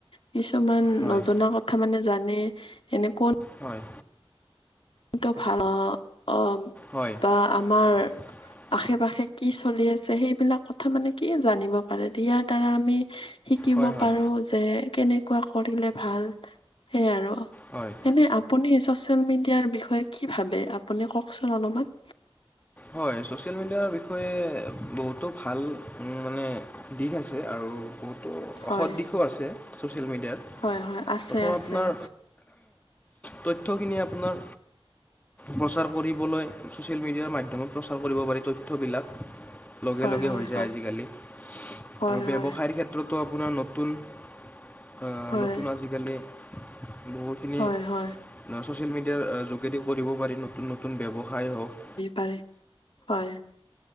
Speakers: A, on the left; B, on the left.
A: কিছুমান
B: হয়
A: নজনা কথা মানে জান মানে এনেকুৱা
B: হয়
A: ত ভাল অ অ
B: হয়
A: বা আমাৰ
B: <unintelligible>
A: আশে পাশে কি চলি আছে সেইবিলাক কথা মানে কি জানিব পাৰে। ইয়াৰ দ্বাৰা আমি শিকিব
B: হয় হয়
A: পাৰো যে কেনেকুৱা কৰিলে ভাল সেইয়াই আৰু।
B: হয়
A: এনে আপুনি চচিয়েল মেডিয়া য়াৰ বিষয়ে কি ভাবে আপুনি কওকচোন অলপমান?
B: হয় চচিয়েল মেডীয়া বিষয়ে বহুতো ভাল মানে দিশ আছে। আৰু ত বহুত ত'
A: হয়
B: অসৎ দিশো আছে ছ'চিয়েল মিডিয়াত।
A: হয় হয় আছে
B: প্ৰথম
A: আছে
B: আপোনাৰ
A: আছে
B: তথ্যখিনি আপোনাক প্ৰচাৰ কৰিবলৈ ছ'চিয়েল মিডিয়া মাধ্যম। সময় প্ৰচাৰ কৰিব পাৰি তথ্যবিলাক লগে
A: হয়
B: লগে
A: হয়
B: হৈ যায়
A: হয়
B: আজিকালি আৰু
A: হয়
B: ব্যৱসায়ৰ
A: হয়
B: ক্ষেত্ৰত ত আপোনাৰ নতুন অ
A: হয়
B: নতুন আজিকালি বহুতখিনি
A: হয় হয়
B: ছ'চিয়েল মিডিয়াৰ যোগেদি কৰিব পাৰি নতুন নতু ন ব্যৱসায় হওক।
A: পাৰে। হয়।